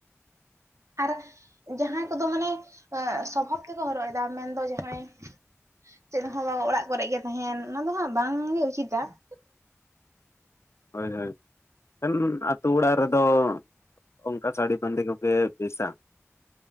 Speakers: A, on the right; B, on the left.
A: ᱟᱨ ᱡᱟᱦᱟᱸᱭ ᱠᱚᱫᱚ ᱢᱟᱱᱮ ᱮ ᱥᱚᱵᱷᱟᱵ ᱛᱮᱠᱚ ᱦᱚᱨᱚᱜ ᱮᱫᱟ ᱢᱮᱱᱫᱚ ᱡᱟᱦᱟᱸᱭ ᱪᱮᱫᱦᱚᱸ ᱵᱟᱝ ᱚᱲᱟᱜ ᱠᱚᱨᱮᱜ ᱜᱮ ᱛᱟᱦᱮᱱ ᱚᱱᱟ ᱫᱚ ᱦᱟᱸᱜ ᱵᱟᱝ ᱜᱮ ᱩᱪᱤᱛ-ᱟ ᱾
B: ᱦᱳᱭ ᱦᱳᱭ ᱠᱟᱨᱚᱱ ᱟᱛᱩ ᱚᱲᱟᱜ ᱨᱮᱫᱚ ᱚᱱᱠᱟ ᱥᱟᱹᱲᱤ ᱵᱟᱸᱫᱮ ᱠᱚ ᱜᱮ ᱵᱮᱥ-ᱟ